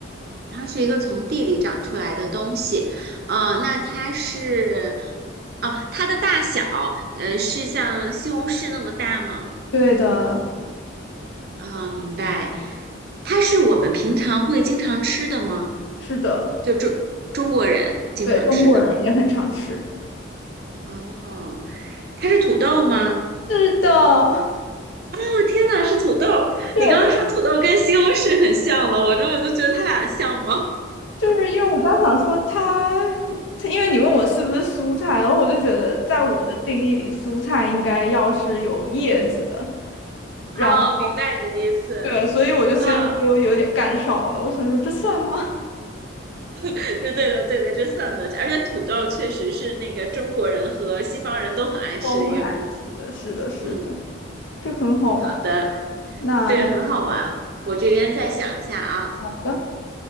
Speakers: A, on the right; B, on the left.
A: 它是一个从地里长出来的东西，呃，那它是，哦，它的大小，呃，是像西红柿那么大吗？
B: 对的，
A: 啊，明白。它是我们平常会经常吃的吗？
B: 是的，
A: 就中中国人经常吃的。
B: 对，中国人也很常吃。
A: 哦，它是土豆吗？
B: 是的，<laughs>
A: 哦，天呐，是土豆！
B: 对，
A: 你刚刚说土豆跟西红柿很像了，我这我就觉得它俩像吗？
B: 就是因为我刚想说它，它因为你问我是不是蔬菜，然后我就觉得在我的定义里，蔬菜应该要是有叶子的，然后
A: 哦，明白你的意思。
B: 对，所以我就
A: 嗯
B: CPU 有点干烧了，我想说这算吗？
A: <laughs> 对对的，对的，这算的。而且土豆确实是那个中国人和西方人都很爱吃的一个东西。
B: <laughs> 我很爱吃的，是的，是的。
A: 嗯，
B: 这很好玩。
A: 好的，
B: 那
A: 对，很好玩。我这边再想一下啊，
B: 好的，